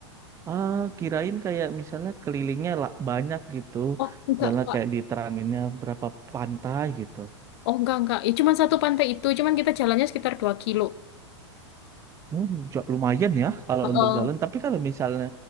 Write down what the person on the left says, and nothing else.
Oh enggak
Kak,
oh enggak enggak. Ya cuman satu pantai itu, cuman kita jalannya sekitar dua kilo.
Oh, oh.